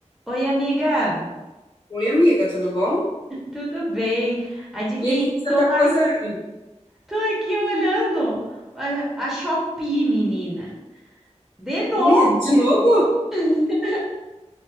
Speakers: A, in the centre; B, on the left (about 40°).
A: Oi, amiga,
B: Oi, amiga, tudo bom?
A: tudo bem? Adivinha,
B: E aí, o que que você
A: tô
B: tá fazendo?
A: aqui, tô aqui olhando a, a Shopee, menina. De novo?
B: Ih, De novo?
A: <laughs>